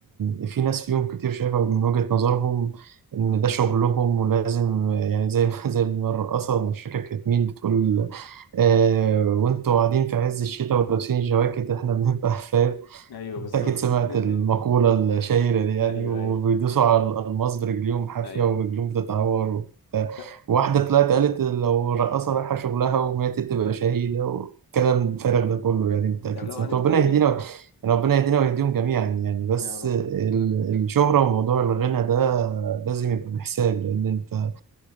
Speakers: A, on the right (about 60°); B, on the left (about 80°).
A: إن في ناس فيهم كتير شايفة من وجهة نظرهم إن ده شغلهم ولازم يعني زي ما <laughs> زي ما الرقاصة مش فاكر كانت مين بتقول آه وأنتوا قاعدين في عز الشتاء ولابسين الجواكت إحنا بنبقى <laughs> فاهم
B: ايوه
A: انت
B: بالظبط
A: اكيد
B: <laughs>
A: سمعت المقولة الشهيرة دي يعني
B: ايوه
A: وبيدوسوا
B: ايوه
A: على الألماس برجليهم حافية
B: ايوه
A: ورجليهم بتتعور وبتاع
B: طب
A: واحدة طلعت قالت لو رقاصة رايحة شغلها وماتت تبقى شهيدة والكلام الفارغ ده كله يعني انت اكيد
B: طب لو
A: سمعت
B: هنتكلم
A: ربنا يهدينا و- يعني ربنا يهدينا ويهديهم جميعا يعني بس
B: يا رب
A: ال- الشهرة وموضوع الغنى ده لازم يبقى بحساب لأن انت